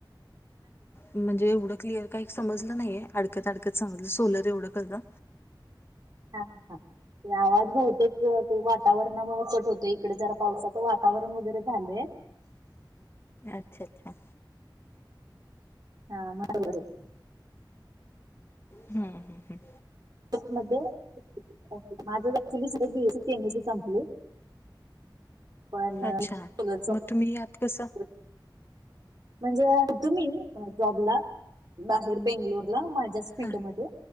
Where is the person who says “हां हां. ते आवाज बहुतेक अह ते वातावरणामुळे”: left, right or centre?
Right